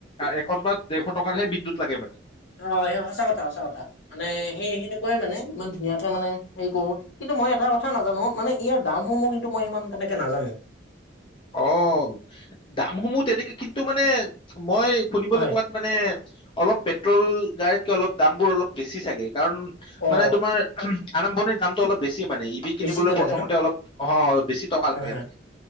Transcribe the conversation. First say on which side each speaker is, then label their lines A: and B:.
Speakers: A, on the left (about 25°); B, on the left (about 65°).
A: এশ বা ডেৰশ টকাৰহে বিদ্যুত লাগে মানে।
B: অ সেই সঁচা কথা সঁচা কথা মানে সেই সেনেকুৱাই মানে ইমান ধুনীয়াকে মানে হেৰি কৰো। কিন্তু মই এটা কথা নাজানো, মানে ইয়াৰ দামসমূহ কিন্তু মই ইমান তেনেকে নাজানো।
A: অ দামসমূহ তেনেকে কিন্তু মানে মই শুনিবলৈ
B: হয়
A: পোৱাত মানে অলপ পেট্ৰল গাড়ীতকে অলপ দামবোৰ অলপ বেছি চাগে। কাৰণ
B: অ
A: মানে তোমাৰ আৰম্ভণিৰ দামটো অলপ বেছি মানে
B: বেছিকে
A: কিনিবলে
B: লাগে
A: প্ৰথমতে
B: ন
A: অলপ অ বেছি টকা
B: হয়
A: লাগে
B: হয়
A: মানে।